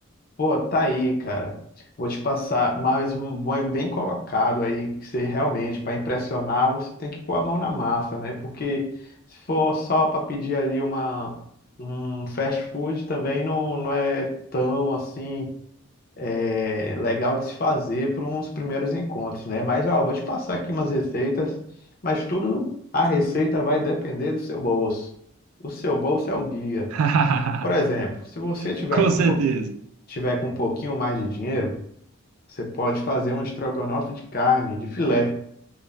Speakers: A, on the left; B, on the right.
A: Pô, tá aí, cara. Vou te passar mais um bom bem colocado aí, que você realmente, para impressionar, você tem que pôr a mão na massa, né? Porque se for só para pedir ali uma um fast food também não, não é tão assim é, legal de se fazer para uns primeiros encontros, né? Mas, ó, eu vou te passar aqui umas receitas, mas tudo a receita vai depender do seu bolso. O seu bolso é o guia.
B: <laughs>
A: Por exemplo, se você tiver
B: Com
A: com,
B: certeza.
A: pou- tiver com um pouquinho mais de dinheiro, você pode fazer um estrogonofe de carne, de filé.